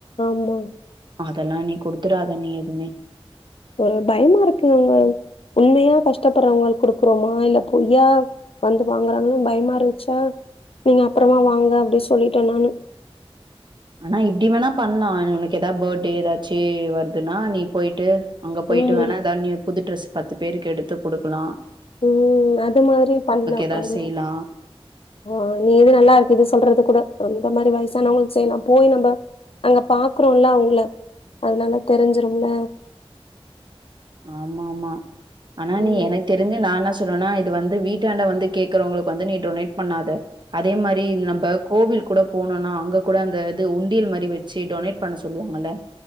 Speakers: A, on the left (about 65°); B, on the right (about 50°).
A: ஆமா.
B: அதெலா நீ குடுத்துறாத நீ எதுமே
A: ஒரு பயமா இருக்குங்க உண்மையா கஷ்டப்படுறவங்க குடுக்குறோமா இல்ல பொய்யா வந்து வாங்கறாங்களு பயமாருந்துச்சா நீங்க அப்றமா வாங்க அப்டி சொல்லிட்டே நானு
B: ஆனா இப்டி வேணா பண்லா உனக்கு ஏதாது பர்த்டே ஏதாச்சு வருதுன்னா நீ போய்ட்டு அங்கே போய்ட்டு
A: ம்.
B: வேணா எதா நியூ புது ட்ரெஸ் பத்து பேருக்கு எடுத்து குடுக்லா
A: உம் அது மாதிரி பண்ணலாம்
B: ஏதாவது
A: ஆமா
B: செய்யலாம்.
A: ஓ நீ இது நல்லா இருக்கு இது சொல்றது கூட அந்த மாதிரி வயசானவங்களுக்கு செய்யலாம் போய் நம்ம அங்க பாக்குறோல்ல அங்கல அதனால தெரிஞ்சிரும்ல
B: ஆமா ஆமா ஆனா
A: ம்.
B: நீ எனக்கு தெரிஞ்சு நா என்ன சொல்றேனா இது வந்து வீட்டாண்ட வந்து கேக்றவங்களுக்கு வந்து நீ டொனேட் பண்ணாத அதே மாரி நம்ப கோவில் கூட போனோனா அங்க கூட அந்தது உண்டியல் மாரி வச் சி டொனேட் பண்ண சொல்லுவாங்கல்ல